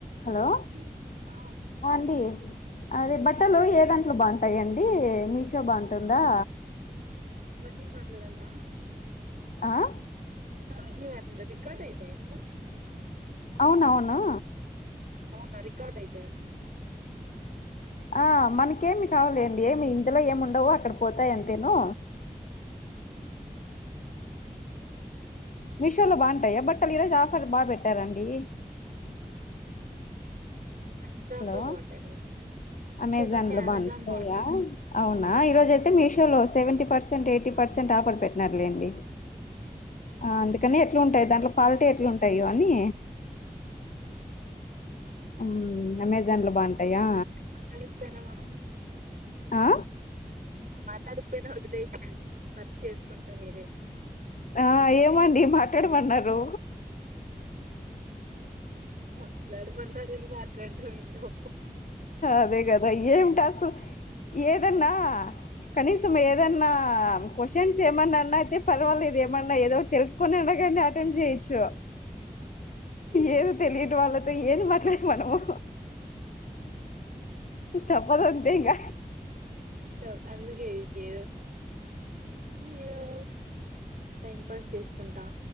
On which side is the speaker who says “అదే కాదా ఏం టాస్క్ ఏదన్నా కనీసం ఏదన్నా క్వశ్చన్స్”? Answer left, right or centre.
Left